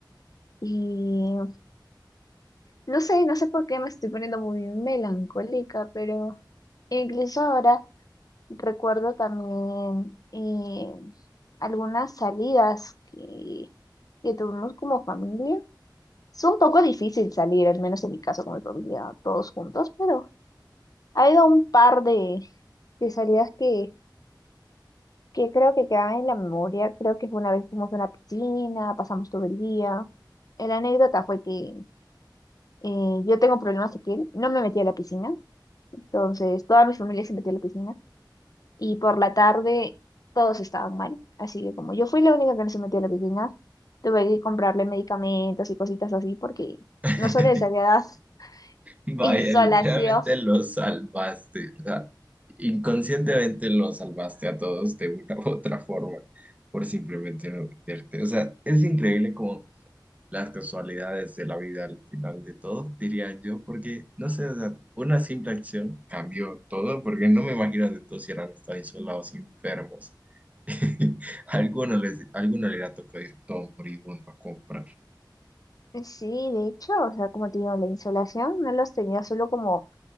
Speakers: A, on the left; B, on the right.
A: Y no sé, no sé por qué me estoy poniendo muy melancólica, pero incluso ahora recuerdo también eh, algunas salidas que, que tuvimos como familia. Es un poco difícil salir, al menos en mi caso con mi familia, todos juntos, pero ha habido un par de, de salidas que que creo que quedan en la memoria. Creo que fue una vez fuimos a una piscina, pasamos todo el día. Eh, La anécdota fue que eh, yo tengo problemas de piel, no me metí a la piscina, entonces toda mi familia se metió a la piscina y por la tarde todos estaban mal. Así que como yo fui la única que no se metió a la piscina, tuve que comprarle medicamentos y cositas así porque
B: <laughs>
A: no solo les había dado <laughs>
B: Vaya,
A: insolación.
B: literalmente los salvaste, o sea, inconscientemente los salvaste a todos de una u otra forma por simplemente no meterte. O sea, es increíble como las casualidades de la vida al final de todo, diría yo, porque no sé, o sea, una simple acción cambió todo, porque no me imagino de todos si eran estado isolados, enfermos <laughs> Alguno les, alguno le ha tocado ir todo moribundo a comprar.
A: Sí, de hecho, o sea, como te digo, la insolación no los tenía solo como